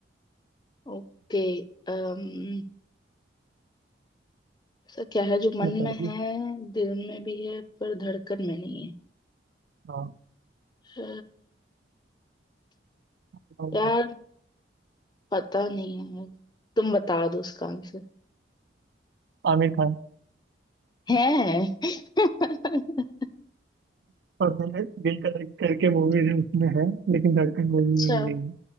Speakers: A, on the left; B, on the right.
A: ओके अम्म, ऐसा क्या है जो मन
B: बताइए
A: में है दिल में भी है पर धड़कन में नहीं है
B: हाँ
A: अ,
B: बताओ
A: यार
B: तो।
A: पता नहीं है तुम बता दो उसका आंसर
B: आमिर खान
A: है <laughs>
B: और मैंने दिल का दर्द करके मूवीज है उसमें है लेकिन धड़कन मूवी
A: अच्छा
B: में वो नहीं है